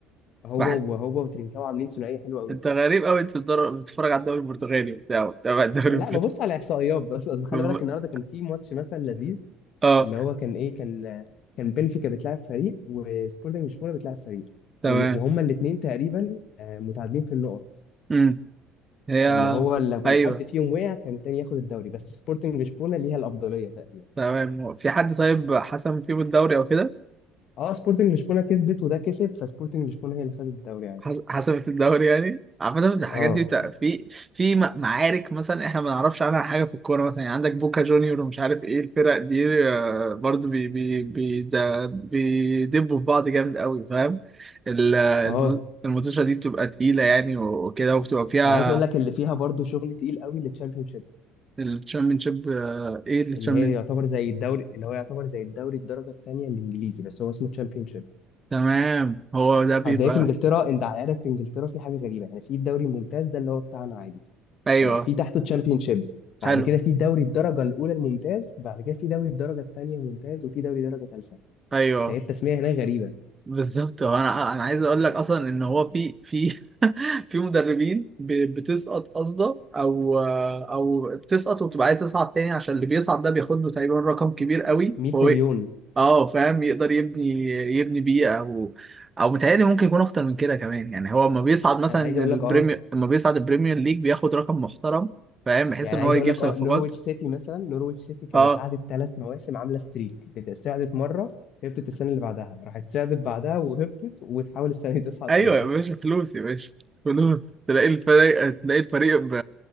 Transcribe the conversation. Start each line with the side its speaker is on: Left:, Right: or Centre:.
Left: هو
Right: بح-
Left: وهو وترينكاوي عاملين ثنائيه حلوه قوي
Right: انت غريب قوي انت بتدر- بتتفرج على الدوري البرتغالي وبتاع وبتابع الدوري
Left: لا
Right: البرتغالي
Left: ببص على احصائيات بس اصل خلي
Right: <laughs>
Left: بالك النهارده كان في ماتش مثلا لذيذ
Right: اه
Left: اللي هو كان ايه كان كان بنفيكا بتلعب فريق وسبورتنج لشبونه بتلعب فريق
Right: تمام
Left: وال- وهما الاثنين تقريبا آه، متعادلين في النقط
Right: امم هي
Left: فاللي هو لو كان
Right: ايوه
Left: حد فيهم وقع كان التاني ياخد الدوري بس سبورتنج لشبونه ليها الافضليه تقريبا
Right: تمام هو في حد طيب حسم فيهم الدوري او كده
Left: اه سبورتنج لشبونه كسبت وده كسب فسبورتنج لشبونه هي اللي خدت الدوري عادي
Right: حس- حسمت الدوري يعني عامة الحاجات
Left: اه
Right: دي بتاع في في م- معارك مثلا احنا ما نعرفش عنها حاجة في الكورة مثلا يعني عندك بوكا جونيور ومش عارف ايه الفرق دي آه، برضو بي بي بي ده بيدبوا في بعض جامد قوي فاهم ال- المت-
Left: اه
Right: الماتشة دي بتبقى تقيلة يعني وكده وبتبقى فيها
Left: انا عايز اقول لك اللي فيها برضو شغل تقيل قوي للتشامبيونشيب
Right: الشامبيونشيب آه، ايه الشامبيون
Left: اللي هي يعتبر زي الدوري اللي هو يعتبر زي الدوري الدرجه الثانيه الانجليزي بس هو اسمه تشامبيونشيب
Right: تمام هو ده بيبقى
Left: اصل هي في انجلترا انت عارف في انجلترا في حاجه غريبه يعني في الدوري الممتاز ده اللي هو بتاعنا عادي
Right: ايوه
Left: آه، في تحته تشامبيون شيب بعد
Right: حلو
Left: كده في دوري الدرجه الاولى الممتاز بعد كده في دوري الدرجه الثانيه ممتاز وفي دوري درجه ثالثه
Right: ايوه
Left: فهي التسميه هناك غريبه
Right: بالظبط هو انا انا عايز اقول لك اصلا ان هو في في <laughs> في مدربين ب- بتسقط قصده او آه، او بتسقط وبتبقى عايز تصعد تاني عشان اللي بيصعد ده بياخد له تقريبا رقم كبير قوي
Left: 100
Right: فهو
Left: مليون
Right: إيه؟ اه فاهم يقدر يبني يبني بيه او او متهيألي ممكن يكون اكتر من كده كمان يعني هو لما بيصعد مثلا
Left: انا عايز اقول
Right: البريمير
Left: لك اه
Right: لما بيصعد البريمير ليج بياخد رقم محترم فاهم بحيث
Left: يعني
Right: ان
Left: عايز
Right: هو يجيب
Left: اقول لك
Right: صفقات
Left: اه نورويتش سيتي مثلا نورويتش سيتي كانت
Right: اه
Left: قعدت ثلاث مواسم عامله ستريك بتصعدت مره هبطت السنه اللي بعدها راحت صعدت بعدها وهبطت وتحاول السنه دي تصعد
Right: ايوه
Left: تاني
Right: يا باشا فلوس يا باشا فلوس تلاقي الفريق تلاقي الفريق ب...